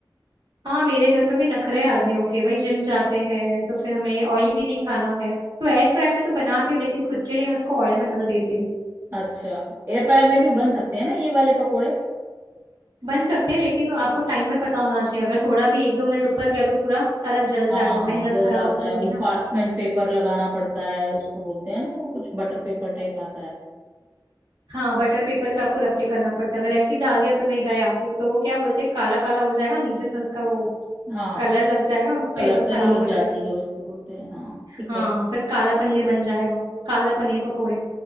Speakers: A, on the right; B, on the right.
A: हाँ मेरे घर पे भी नखरे हैं आदमी ओके भाई जिम जाते हैं तो फिर हमें ऑयली नहीं खाना है तो एयर फ्राई में तो बनाती हूँ लेकिन खुद के लिए मैं उसको ऑयल में तल देती हूँ
B: अच्छा एयर फ्रायर में भी बन सकते हैं ना ये वाले पकोड़े
A: बन सकते हैं लेकिन आपको टाइमर पता होना चाहिए अगर थोड़ा भी एक दो मिनट ऊपर गया तो पूरा सारा जल जाएगा
B: हाँ
A: मेहनत
B: जल
A: खराब
B: जाता
A: हो जाएगी
B: है वो
A: ना
B: पार्चमेंट पेपर लगाना पड़ता है उसको बोलते हैं ना वो कुछ बटर पेपर टाइप आता है
A: हाँ बटर पेपर पे आपको रख के करना पड़ता है अगर ऐसे ही डाल दिया तो भाई गया एक तो वो क्या बोलते हैं काला काला हो जाएगा नीचे से उसका वो
B: हाँ
A: कलर लग जाएगा उस पे
B: कलर
A: और
B: तली
A: खराब
B: लग
A: हो जाएगा
B: जाती है जो उसको बोलते हैं हाँ ठीक
A: हाँ
B: है
A: फिर काला पनीर बन जाएगा काला पनीर पकोड़े